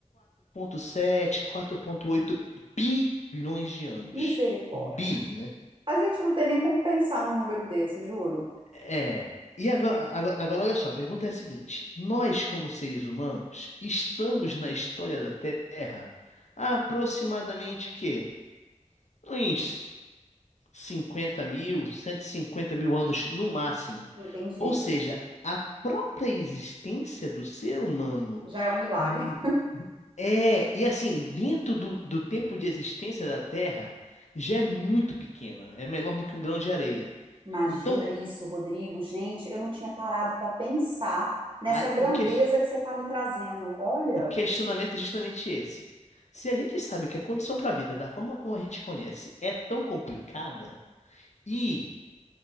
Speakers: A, on the left; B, on the right.
A: 4,7, oito bilhões de anos.
B: Misericórdia.
A: Bi, né?
B: A gente não tem nem como pensar num número desse, juro.
A: É. E agora, agora, agora, olha só, a pergunta é a seguinte: nós, como seres humanos, estamos na história da Terra há aproximadamente que uns 50 mil, 150 mil anos no máximo.
B: Entendi.
A: Ou seja, a própria existência do ser humano
B: Já é um milagre.
A: hum, é, e assim, dentro do, do tempo de existência da Terra, já é muito pequena, é menor do que um grão de areia.
B: Imagina
A: Então,
B: isso, Rodrigo. Gente, eu não tinha parado para pensar nessa
A: a-
B: grandeza
A: o que,
B: que você está me trazendo. Olha,
A: O questionamento é justamente esse. Se a gente sabe que a condição para a vida, da forma como a gente conhece, é tão complicada, e